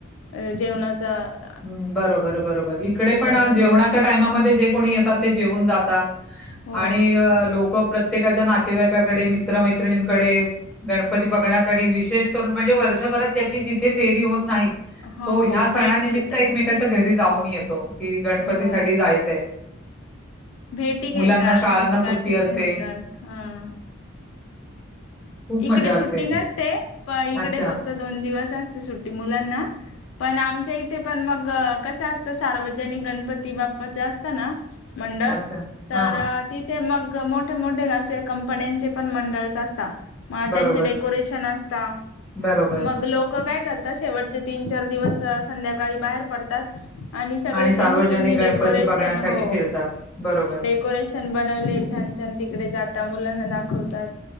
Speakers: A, on the left (about 75°); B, in the centre.
A: अ जेवणाचा-
B: बरोबर, बरोबर, इकडे पण
A: वगैरे
B: जेवणाच्या- टाइमामधे जे कोणी येतात ते जेऊन जातात
A: हो
B: आणि लोक- प्रत्येकाच्या नातेवाईकाकडे मित्र-मैत्रिणींकडे- गणपती बघण्यासाठी विशेष करून म्हणजे वर्षभरात ज्याची जिथे फेरी होत नाही-
A: हो
B: तो ह्या
A: हो
B: सणानिमित्त
A: भेट घेतात
B: एकमेकाच्या घरी जाऊन येतो कि, गणपती
A: हो
B: साठी जायचंय.
A: भेटी
B: मुलांना
A: घेतात
B: शाळांना
A: भेटी
B: सुट्टी
A: गाठी
B: असते
A: पण होतात ह..
B: खूप
A: इकडे
B: मजा असते
A: सुट्टी नसते प इकडे
B: अच्छा
A: फक्त दोन दिवस असते सुट्टी मुलांना. पण आमच्या इथे पण मग कस असत सार्वजनिक गणपती बाप्पाच असत ना, मंडळ
B: अच्छा
A: तर
B: हा हा
A: तिथे मग मोठे मोठे असे कंपन्यांचे पण मंडळस असतात. मग
B: बरोबर
A: त्यांचे डेकोरेशन असत
B: बरोबर
A: मग लोक काय करतात शेवट तीन चार दिवस संध्याकाळी बाहेर पडतात आणि सगळे ज्यांनी
B: सार्वजनिक
A: ज्यांनी
B: गणपती
A: डेकोरेशन
B: बघण्यासाठी
A: हो
B: फिरतात बरोबर
A: डेकोरेशन. छान बनवले छान छान तिकडे जातात मुलांना दाखवतात.